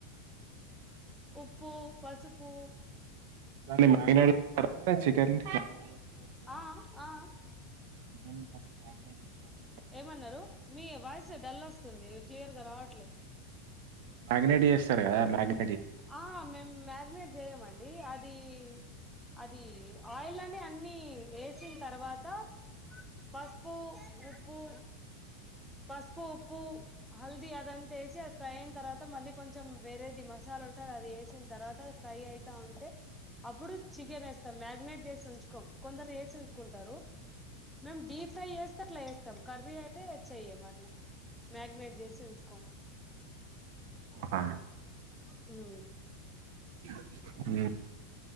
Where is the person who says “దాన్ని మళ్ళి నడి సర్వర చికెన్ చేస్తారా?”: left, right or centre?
Right